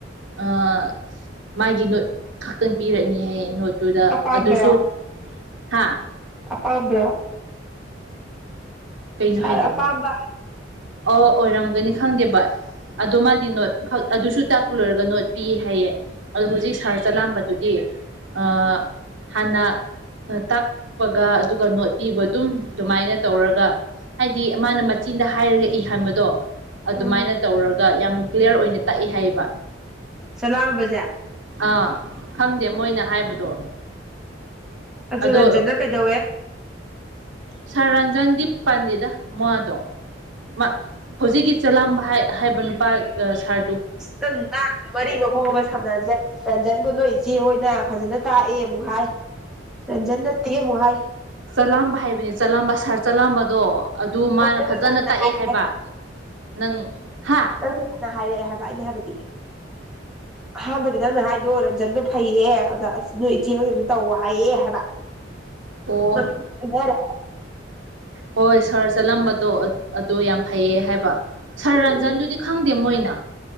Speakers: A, on the right; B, in the centre.
A: ꯑꯥ ꯃꯥꯒꯤ ꯅꯣꯠ ꯈꯛꯇꯪ ꯄꯤꯔꯛꯅꯤ ꯍꯥꯏꯌꯦ ꯅꯣꯠ ꯑꯗꯨꯗ
B: ꯑꯄꯥꯝꯕꯔꯣ
A: ꯑꯗꯨꯁꯨ ꯍꯥꯥ
B: ꯑꯄꯥꯝꯕꯔꯣ
A: ꯀꯩꯅꯣ
B: ꯁꯥꯔ
A: ꯍꯥꯏꯗꯣ
B: ꯑꯄꯥꯝꯕ
A: ꯑꯣ ꯑꯣꯏꯔꯝꯒꯅꯤ ꯈꯪꯗꯦꯕ ꯑꯗꯣ ꯃꯥꯗꯤ ꯅꯣꯠꯈꯛ ꯑꯗꯨꯁꯨ ꯇꯥꯛꯄ ꯂꯣꯏꯔꯒ ꯅꯣꯠ ꯄꯤ ꯍꯥꯏꯌꯦ ꯑꯗꯣ ꯍꯧꯖꯤꯛ ꯁꯥꯔ ꯆꯂꯥꯝꯕꯗꯨꯗꯤ ꯑꯥ ꯍꯥꯟꯅ ꯇꯥꯛꯄꯒ ꯑꯗꯨꯒ ꯅꯣꯠꯄꯤꯕ ꯑꯗꯨꯝ ꯑꯗꯨꯃꯥꯏꯅ ꯇꯧꯔꯒ ꯍꯥꯏꯗꯤ ꯃꯥꯅ ꯃꯆꯤꯟꯗ ꯍꯥꯏꯔꯒ ꯏꯍꯟꯕꯗꯣ ꯑꯗꯨꯃꯥꯏꯅ
B: ꯎꯝ
A: ꯇꯧꯔꯒ ꯌꯥꯝꯅ ꯀ꯭ꯂꯤꯌꯥꯔ ꯑꯣꯏꯅ ꯇꯥꯛꯏ ꯍꯥꯏꯌꯦꯕ
B: ꯆꯥꯂꯥꯝꯕꯖꯦ
A: ꯑꯥ ꯈꯪꯗꯦ ꯃꯣꯏꯅ ꯍꯥꯏꯕꯗꯣ
B: ꯑꯗꯨ
A: ꯑꯗꯣ
B: ꯔꯟꯖꯟꯅ ꯀꯩꯗꯧꯋꯦ
A: ꯁꯥꯔ ꯔꯟꯖꯟꯗꯤ ꯄꯟꯗꯦꯗ ꯃꯗꯣ ꯃꯥ ꯍꯧꯖꯤꯛꯀꯤ ꯆꯂꯥꯝꯕ ꯍꯥꯏ ꯍꯥꯏꯕ ꯅꯨꯄꯥ ꯑꯥ ꯁꯥꯔ
B: ꯅꯪ ꯉꯥꯡꯂꯤꯗꯣ ꯃꯔꯤ ꯃꯈꯣꯡ ꯑꯃ ꯁꯝꯅꯗ꯭ꯔꯦ ꯔꯟꯖꯟꯗꯣ ꯅꯣꯏ ꯏꯆꯦ ꯍꯣꯏꯅ ꯐꯖꯅ ꯇꯥꯛꯑꯦ ꯑꯃꯨꯛ ꯍꯥꯏ ꯔꯟꯖꯟ ꯅꯠꯇꯦ ꯑꯃꯨꯛ ꯍꯥꯏ
A: ꯆꯥꯂꯥꯝꯕ ꯍꯥꯏꯕꯅꯤ ꯆꯥꯂꯥꯝꯕ ꯁꯥꯔ ꯆꯥꯂꯥꯝꯕꯗꯣ ꯑꯗꯨ ꯃꯥꯅ
B: ꯍꯣꯏ ꯅꯪꯅ
A: ꯐꯖꯅ
B: ꯂꯥꯟꯅ
A: ꯇꯥꯛꯑꯦ
B: ꯍꯥꯏꯔꯦ
A: ꯍꯥꯏꯕ ꯅꯪ ꯍꯥ
B: ꯅꯪꯅ ꯍꯥꯏꯔꯛꯑꯦ ꯍꯥꯏꯕ ꯑꯩꯅ ꯍꯥꯏꯕꯗꯤ
A: <inaudible>
B: ꯑꯍꯥꯟꯕꯗ ꯅꯪꯅ ꯍꯥꯏꯗꯣ ꯔꯟꯖꯟꯗꯣ ꯐꯩꯌꯦ ꯑꯣꯖꯥ ꯑꯁ ꯅꯣꯏ ꯏꯆꯦ ꯍꯣꯏꯅ ꯇꯧꯋꯣ ꯍꯥꯏꯌꯦ ꯍꯥꯏꯕ
A: ꯑꯣ
B: ꯃꯃꯤꯡ ꯈꯪꯅꯔꯦ
A: ꯍꯣꯏ ꯁꯥꯔ ꯆꯂꯥꯝꯕꯗꯣ ꯑꯗꯣ ꯌꯥꯝ ꯐꯩꯌꯦ ꯍꯥꯏꯕ ꯁꯥꯔ
B: ꯎꯝ
A: ꯔꯟꯖꯟꯗꯨꯗꯤ
B: ꯎꯝ
A: ꯈꯪ ꯃꯣꯏꯅ